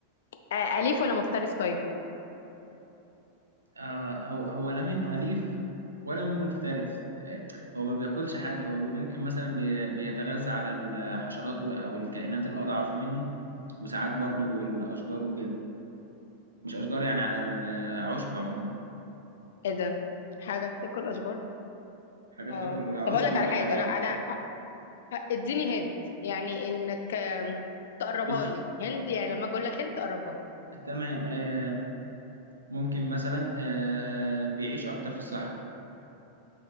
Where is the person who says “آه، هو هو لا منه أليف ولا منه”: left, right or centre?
Right